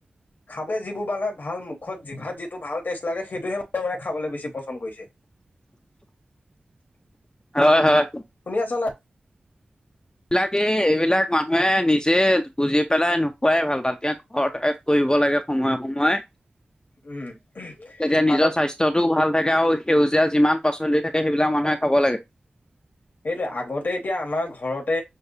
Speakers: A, on the left; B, on the left.
A: খাব যিবোৰ মানে ভাল মুখত জিভাত যিটো ভাল টেষ্ট লাগে সেইটোহে মান মানে খাবলৈ বেছি পচন্দ কৰিছে।
B: <inaudible> হয়, হয়,
A: শুনি আছ না
B: বিলাগে এইবিলাগ মা মে নিজে বুজি পেলাই নোখোৱাই ভাল তাতক ঘৰত কৰিব লাগে সময়ে সময়ে
A: উম।
B: তেতিয়া নিজৰ
A: আগৰ
B: স্বাস্থ্যটোও ভাল থাকে আৰু সেউজীয়া যিমান পাচলি থাকে সেইবিলাক মানুহে খাব লাগে
A: সেইটো আগতে এতিয়া আমাৰ ঘৰতে